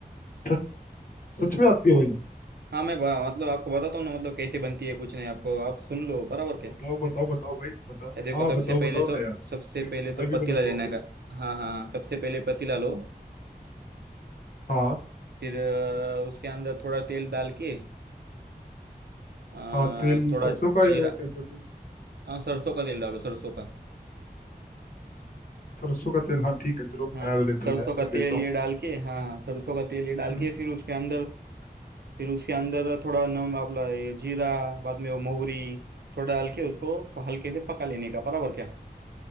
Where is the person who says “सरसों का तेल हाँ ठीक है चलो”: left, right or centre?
Left